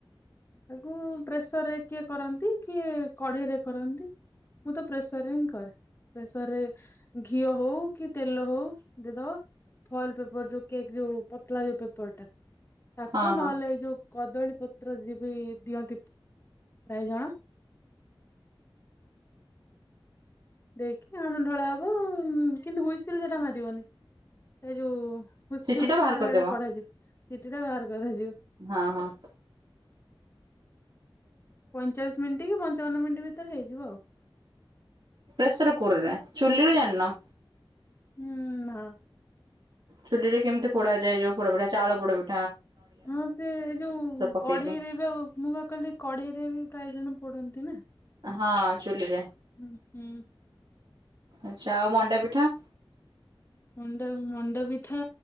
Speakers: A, on the left; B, on the right.
A: ତାକୁ ପ୍ରେସର ରେ କିଏ କରନ୍ତି କିଏ କଢେଇରେ କରନ୍ତି। ମୁଁ ତ ପ୍ରେସର ହିଁ କରେ। ପ୍ରେସରରେ ଘିଅ ହଉ କି ତେଲ ହଉ ଦେଦବ। ଫଏଲ ପେପର ଯୋଉ କେକ୍ ଯୋଉ ପତଲା ଯୋଉ ପେପର ଟା ତାକୁ
B: ହଁ ହଁ
A: ନହେଲେ ଏଇ ଯୋଉ କଦଳୀପତ୍ର ଯି ବିି ଦିଅନ୍ତି ପ୍ରାୟ ଜଣ। ଦେଇକି ଆଣ ଢଳା ହବ ଉଁ କିନ୍ତୁ ହୁଇସିଲ ସେଟା ମାରିବନି ସେ ଯୋଉ। ହୁସ୍କି
B: ସିଟି
A: ହୁସ୍କି
B: ଟା ବାହାର
A: ତ
B: କରିଦେବ।
A: ସେଟା କଢାଯିବ ସିଟି ଟା ବାହାର କରାଯିବ।
B: ହଁ ହଁ।
A: ପଇଁଚାଳିଶ ମିନିଟ କି ପଞ୍ଚାବନ ମିନିଟ ଭିତରେ ହେଇଯିବ ଆଉ।
B: ପ୍ରେସର କୁରରେ ଚୁଲିରେ ଜାଣି ନ।
A: ହୁଁ ନା।
B: ଚୁଲିରେ କେମିତି ପୋଡ଼ାଯାଏ ଯଉ ପୋଡ ପିଠା ଚାଉଳ ପୋଡ ପି
A: ହଁ ସେ ଏଇ ଯୋଉ
B: ପକେଇକି
A: କଢେଇରେ ବା ମୁଁ ବା କହିଲି କଢେଇରେ ବି ପ୍ରାୟ ଜଣ ପୋଡନ୍ତି ନା।
B: ହଁ ଚୁଲିରେ।
A: ହୁଁ ହୁଁ।
B: ଆଚ୍ଛା ଆଉ ମଣ୍ଡା ପିଠା।
A: ମଣ୍ଡା ମଣ୍ଡା ପିଠା